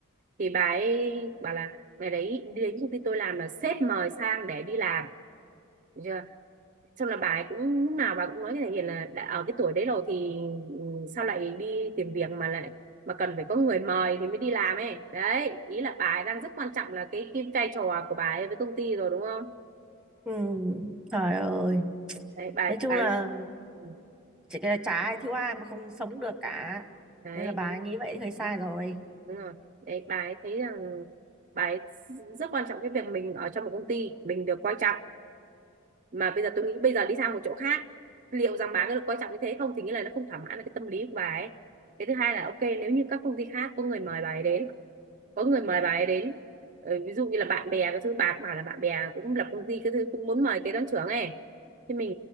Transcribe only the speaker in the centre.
Ừ, trời ơi.
Nói chung
là
chỉ cái là chả ai thiếu ai mà không sống được cả
nên là bà
nghĩ vậy hơi sai rồi